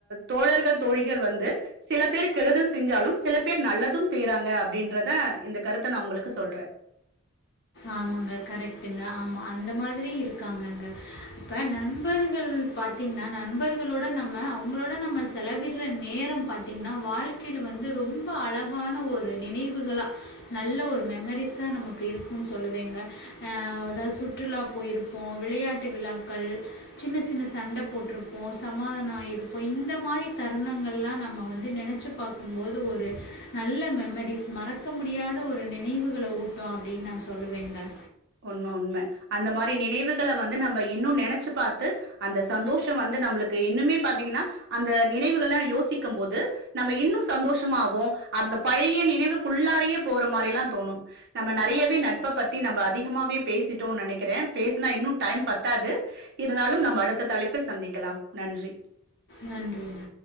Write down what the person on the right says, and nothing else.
தோழர்கள் தோழிகள் வந்து சில பேர் கெடுதல் செஞ்சாலும் சில பேர் நல்லதும் செய்யறாங்க அப்டின்றத இந்த கருத்த நா உங்களுக்கு சொல்றே.
உண்ம உண்ம. அந்த மாரி நினைவுகள வந்து நம்ப இன்னு நெனைச்சு பாத்து அந்த சந்தோஷோ வந்து நம்மளுக்கு இன்னுமே பாத்தீங்கன்னா அந்த நினைவுகள்லா யோசிக்கும்போது நம்ம இன்னு சந்தோஷமாவோ அந்த பழய நினைவுக்குள்ளாரயே போற மாரிலா தோணு. நம்ம நெறையவே நட்ப பத்தி நம்ப அதி கமாவே பேசிட்டோன்னு நெனைக்கிறே. பேசுனா இன்னு டைம் பத்தாது. இருந்தாலு நம்ம அடுத்த தலைப்பில் சந்திக்கலா நன்றி.